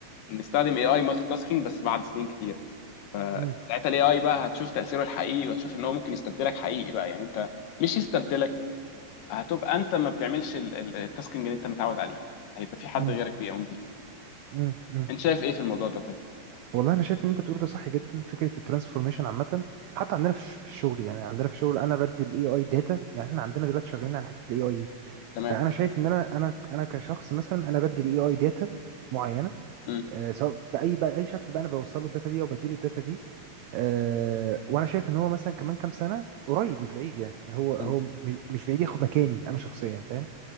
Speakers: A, on the left; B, on the right.
A: نستخدم اي اي مالتي تاسكينج بس بعد سنين كتير فساعتها
B: أمم
A: الاي اي بقى هتشوف تاثيره الحقيقي وهتشوف ان هو ممكن يستبدلك حقيقي بقى يعني انت مش يستبدلك هتبقى انت ما بتعملش ال- ال- التاسكينج اللي انت متعود عليها هيبقى في حد
B: أمم
A: غيرك بيقوم بيها
B: أمم أمم.
A: انت شايف ايه في الموضوع ده طيب
B: والله أنا شايف إن أنت بتقول ده صح جدا فكرة الترانسفورميشن عامة حتى عندنا في الش- في الشغل يعني عندنا في الشغل أنا بدي الإي آي داتا يعني إحنا عندنا دلوقتي شغالين على حتة الإي آي دي
A: تمام
B: فأنا شايف إن أنا أنا أنا كشخص مثلا أنا بدي الإي آي داتا معينة
A: م-
B: آه، سواء باي باي شكل بقى انا بوصل له الداتا دي او بدي له الداتا دي أه وانا شايف ان هو مثلا كمان كام سنه قريب مش بعيد يعني هو هو
A: م-
B: مش مش بعيد ياخد مكاني انا شخصيا فاهم